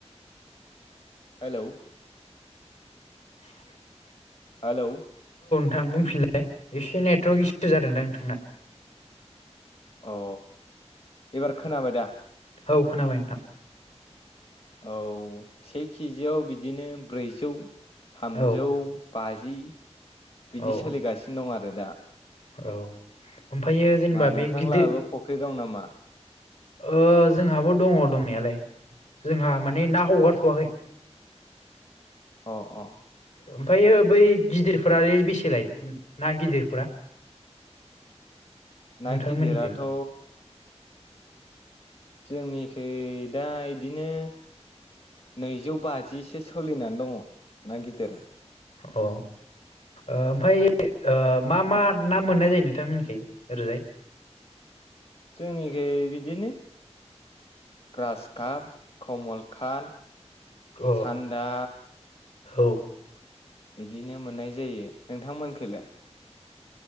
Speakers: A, on the left (about 55°); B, on the left (about 85°).
A: हेलौ
B: <inaudible>
A: हेलौ
B: थां बुंफिनलाय एसे नेटवर्क इसु जादोंदां नोंथांना।
A: अ एबार खोनाबाय दा
B: औ खोनाबाय नोंथां
A: औ से किजियाव बिदिनो ब्रैजौ थामजौ
B: औ
A: बाजि बिदि
B: औ
A: सोलिगासिनो दं आरो। आरो दा
B: औ ओमफ्रायो जेनेबा
A: मा नोंथांलाहाबो
B: बे गिदिर
A: फुख्रि दं नामा?
B: ओ जोंहाबो दङ दंनायालाय जोंहा। माने ना हगारथ'वाखै
A: अ-अ
B: ओमफ्रायो बै गिदिरफोरालाय बेसे लायो ना गिदिरफोरा?
A: ना
B: नोंथांमोननिखै
A: गिदिराथ' जोंनिखै दा इदिनो नैजौ बाजिसो सोलिनानै दङ। नागिदिरा।
B: औ ओमफाय ओ मा मा ना मोननाय जायो नोंथां मोनिखै ओरैजाय?
A: जोंनिखै बिदिनो ग्रास काप कमल कात
B: अ
A: सान्दा
B: औ
A: बिदिनो मोननाय जायो। नोंथांमोनखैलाय